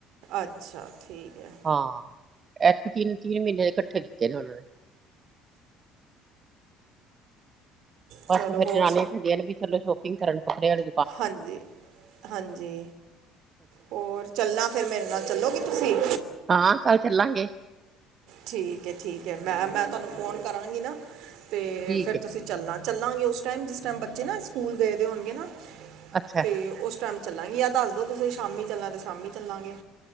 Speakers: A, on the right (about 60°); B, on the right (about 35°).
A: ਅੱਛਾ, ਠੀਕ ਹੈ।
B: ਹਾਂ ਐਤਕੀ ਤਿੰਨ-ਤਿੰਨ ਮਹੀਨੇ ਦੇ ਇਕੱਠੇ ਦਿੱਤੇ ਨੇ ਉਹਨਾਂ ਨੇ।
A: ਚਲੋ
B: ਬਸ ਫੇਰ
A: ਹੋਰ
B: ਜਨਾਨੀ ਛੱਡੀਆਂ ਵੀ, ਚਲੋ ਸ਼ੋਪਿੰਗ ਕਰਨ ਕੱਪੜਿਆ ਦੀ।
A: ਹਾਂਜੀ-ਹਾਂਜੀ। ਹੋਰ ਚੱਲਣਾ, ਫਿਰ ਮੇਰੇ ਨਾਲ ਚੱਲੋਗੇ ਤੁਸੀਂ?
B: ਹਾਂ, ਕੱਲ ਚੱਲਾਂਗੇ।
A: ਠੀਕ ਹੈ-ਠੀਕ ਹੈ ਮੈਂ -ਮੈਂ ਤੁਹਾਨੂੰ ਫੋਨ ਕਰਾਂਗੀ ਨਾ, ਤੇ
B: ਠੀਕ
A: ਫਿਰ
B: ਹੈ
A: ਤੁਸੀਂ। ਚੱਲਾ ਚੱਲਾਂਗੇ ਉਸ ਟਾਈਮ ਜਿਸ ਟਾਈਮ ਬੱਚੇ ਨਾ ਸਕੂਲ ਗਏ ਦੇ ਹੋਣਗੇ ਨਾ,
B: ਅੱਛਾ
A: ਤੇ ਉਸ ਟਾਈਮ। ਚੱਲਾਂਗੀ ਯ ਦੱਸ ਦੋ ਤੁਸੀਂ ਸ਼ਾਮੀ ਚੱਲਾਂ ਤੇ ਸ਼ਾਮੀ ਚੱਲਾਂਗੇ।